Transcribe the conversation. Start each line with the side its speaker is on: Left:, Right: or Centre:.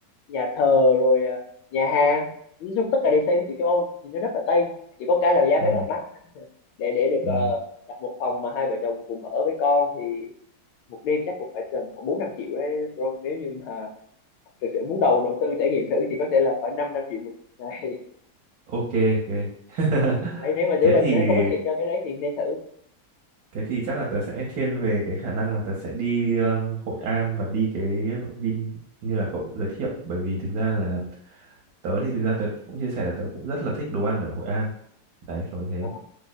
Left: nhà thờ rồi ờ, nhà hàng nói chung tất cả đều xây theo kiểu châu Âu nhìn nó rất là Tây chỉ có cái là giá
Right: ừ
Left: vé rất là mắc để để được
Right: ừ
Left: ờ, đặt một phòng mà hai vợ chồng cùng ở với con thì một đêm chắc cũng phải tầm khoảng bốn năm triệu đấy bro nếu như mà thực sự muốn đầu đầu tư trải nghiệm thử thì có thể là phải năm năm triệu một ngày
Right: ok ok <laughs>
Left: đấy nếu mà để
Right: thế
Left: mà
Right: thì
Left: có bất kỳ cho cái đấy thì nên thử
Right: thế thì chắc là tớ sẽ thiên về cái khả năng là tớ sẽ đi um, Hội An và đi cái Vin như là cậu giới thiệu bởi vì thực ra là tớ thì thực ra tớ cũng chia sẻ là tớ cũng rất là thích đồ ăn ở Hội An đấy kiểu như thế
Left: Ờ,